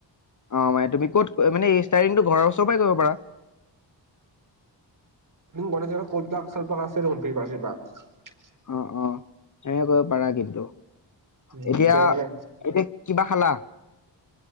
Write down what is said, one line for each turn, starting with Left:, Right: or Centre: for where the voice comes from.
Left: অ মানে তুমি ক'ত মানে ষ্টাৰিংটো ঘৰৰ ওচৰ পৰাই কৰিব পাৰা?
Right: গণেশৰ কলপাক চলপাক আছে দেখোন তৃপাত চিপাত।
Left: অ অ সেনে কৰিব পাৰা কিন্তু।
Right: উম
Left: এতিয়া
Right: এনেকে
Left: এতিয়া। কিবা খালা?